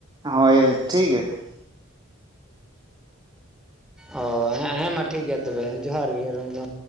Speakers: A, on the right; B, in the centre.
A: ᱦᱳᱭ ᱴᱷᱤᱠ ᱜᱮᱭᱟ ᱾
B: ᱚ ᱦᱮᱸ ᱦᱮᱸ ᱢᱟ ᱴᱷᱤᱠ ᱜᱮᱭᱟ ᱛᱚᱵᱮ ᱡᱚᱦᱟᱨ ᱜᱮ ᱟᱨ ᱢᱤᱫ ᱫᱷᱚᱢ